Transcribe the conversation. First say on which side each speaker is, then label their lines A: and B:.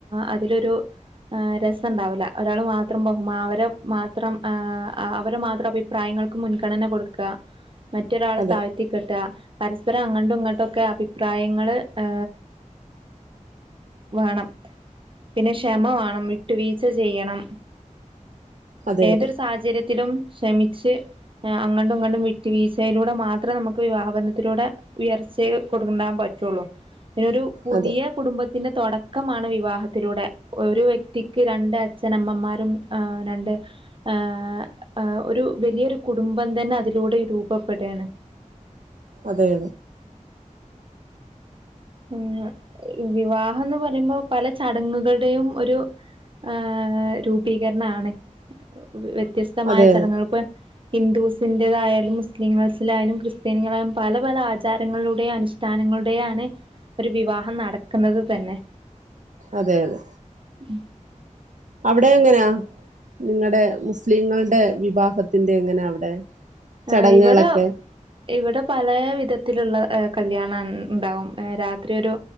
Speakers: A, on the right; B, on the right.
A: അതിലൊരു രസവുണ്ടാവില്ല ഒരാൾ മാത്രം ബഹുമാനം അവരെ മാത്രം അവരെ മാത്രം അഭിപ്രായങ്ങൾ- മുൻഗണന കൊടുക്കുക മറ്റൊരാളെ
B: അതെ
A: താഴ്ത്തിക്കെട്ടുക പരസ്പരം അങ്ങോട്ടും ഇങ്ങോട്ടും ഒക്കെ അഭിപ്രായങ്ങള് ഏ വേണം പിന്നെ ക്ഷമ വേണം വിട്ടുവീഴ - ചച്ച <unintelligible> ചെയ്യണം
B: അതെ
A: ഏതൊരു
B: അതെ
A: സാഹചര്യത്തിലും ക്ഷമിച്ച് അങ്ങ്ടും ഇങ്ങ്ടും വിട്ട വീഴ്ചയിലൂടെ മാത്രമേ നമുക്ക് വിവാഹ ബന്ധത്തിലൂടെ ഉയർച്ച കൊടുണ്ടാൻ പറ്റുള്ളൂ. ഈ ഒരു പുതിയ
B: അതെ
A: കുടുംബത്തിന്റെ തൊടക്കമാണ് വിവാഹത്തിലൂടെ ഒരു വ്യക്തിക്ക് രണ്ട് അച്ഛനമ്മമാരും രണ്ട് ഏഹ് ഒരു വലിയൊരു കുടുംബം തന്നെ അതിലൂടെ രൂപപ്പെടാണ്.
B: അതേ
A: <unintelligible> വിവാഹന്ന് പറയുമ്പോ പല ചടങ്ങുകളുടെയും ഒരു ഏഹ് രൂപീകരണാണ്. വ്യത്യസ്തമായ
B: അതെ
A: ചടങ്ങുകൾ ഇപ്പ ഹിന്ദുസിൻറേതായാലും മുസ്ലിംങ്ങൾസിലായാലും ക്രിസ്ത്യാനികളായാലും പല പല ആചാരങ്ങളുടെയും അനുഷ്ഠാനങ്ങളുടെയാണ് ഒരു വിവാഹം നടക്കുന്നത് തന്നെ
B: അതെ അതെ
A: <unintelligible>
B: അവിടെ എങ്ങനെയാ നിങ്ങളടെ മുസ്ലിങ്ങളുടെ വിഭാഗത്തിന്റെ എങ്ങനാ അവിടെ
A: ആഹ്
B: ചടങ്ങുകളൊക്കെ
A: ഇവിടെ ഇവിടെ പല വിധത്തിലുള്ള കല്യാണം ഉണ്ടാവും രാത്രിൊ ഒരു